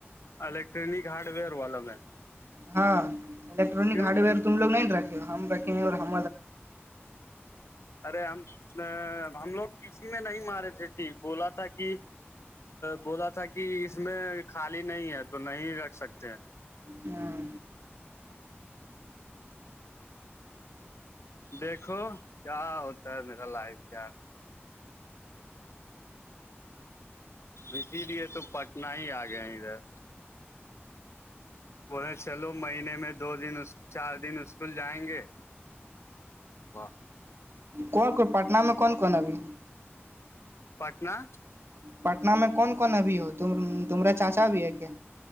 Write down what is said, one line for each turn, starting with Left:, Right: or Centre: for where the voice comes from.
Left: الیکٹرانک ہارڈ ویئر والا میں
Right: ہاں الیکٹرانک
Left: کیوں
Right: ہارڈ ویئر تم لوگ نہیں رکھے ہم رکھیں اور ہم
Left: ارے ہم ہم لوگ کسی میں نہیں مارے تھے ٹھیک بولا تھا کہ بولا تھا کہ اس میں خالی نہیں ہے تو نہیں رکھ سکتے ہیں
Right: ہاں
Left: دیکھو کیا ہوتا ہے میرا لائف کیا اسی لیے تو نہیں آ گیا ادھر بولےیں چلو مہینے میں دو دن اس چار دن اسکول جائیں گے واہ
Right: کون کون پٹہ میں کون کون ابھی
Left: پٹنہ
Right: پٹن میں کون کون ابھی ہو تمرا چاچا بھی ہے کیا